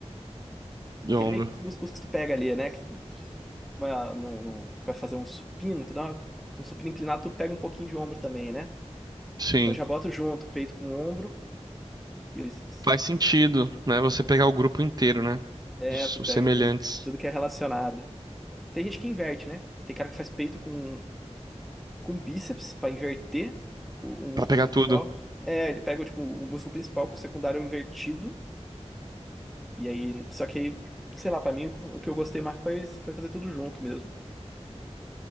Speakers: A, on the right (about 35°); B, in the centre.
A: E
B: Que
A: ombro.
B: é meio que os músculos que tu pega ali, né? Que tu vai, ah, num- num- tu vai fazer um supino, tu dá uma- um supino inclinado, tu pega um pouquinho de ombro também, né?
A: Sim.
B: Então eu já boto junto, peito com ombro e tríceps.
A: Faz sentido, né? Você pegar o grupo inteiro, né?
B: É,
A: Os,
B: tu
A: os
B: pega
A: semelhantes.
B: ali tudo que é relacionado. Tem gente que inverte, né? Tem cara que faz peito com, com bíceps pra inverter o, o músculo
A: Pra pegar
B: principal.
A: tudo.
B: É, ele pega, tipo, o músculo principal com o secundário invertido E aí, só que aí, sei lá, pra mim o que eu gostei mais foi, foi fazer tudo junto mesmo.